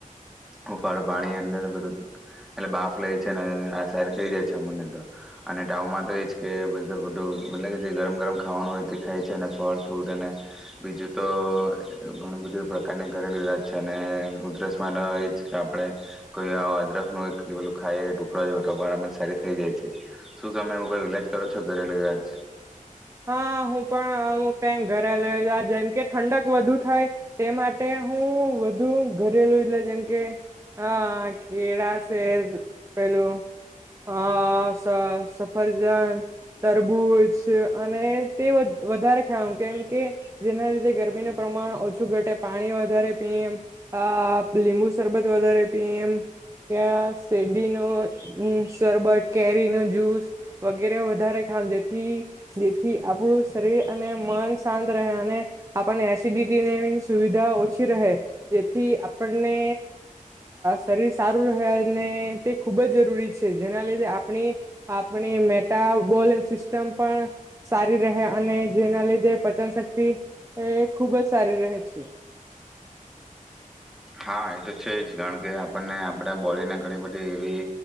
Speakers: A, in the centre; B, on the right.
A: હુંફાળું પાણી અંદર બધું એટલે બાફ લે છે ને આ સરૂ થઈ જાય છે અમને તો અને ટાવમાં તો એજ કે બધ બધું મ <unintelligible> કે જે ગરમ ગરમ ખાવાનું હોય તે ખાય છે અને ફળ, ફ્રૂટ અને બીજું તો ઘણું બધું પ્રકારની ઘરેલું ઇલાજ છે અને ઉધરસ માટે એ જ કે, આપણે કોઈ આ અદરકનું એક પેલું ખાઈએ ટુકડો જો હો તો પણ સારી થઈ જાય છે. શું તમે એવો કોઈ ઇલાજ કરો છો ઘરેલું ઇલાજ?
B: હા, હું પણ અમુક ટાઈમ ઘરેલો ઇલાજ જેમ કે ઠંડક વધુ થાય તે માટે હું વધુ ઘરેલું ઈલાજ જેમકે હ કેળા છે, પેલું અ સ સફરજન, તરબૂચ અને તે વ વધારે ખઉં કેમ કે, જેના લીધે ગરમીનું પ્રમાણ ઓછું ઘટે, પાણી વધારે પીવ, અ લીંબુ શરબત વધારે પીવ, એમ ક્યા શેરડીનો શરબત, કેરીનો જ્યુસ, વગેરે વધારે ખાઉં જેથી જેથી આપણું શરીર અને મન શાંત રહે, અને આપણને એસિડિટીને સુવિધા ઓછી રહે જેથી આપણને શરીર સારું રહે અને તે ખૂબ જ જરૂરી છે, જેના લીધે આપણી આપણી મેટાબોલ સિસ્ટમ પણ સારી રહે અને જેના લીધે પચન શક્તિ એ હમ્મ ખૂબ જ સારી રહે છે.
A: હા, એ તો છે જ કારણ કે, આપણને આપણા બોડીને ઘણી બધી એવી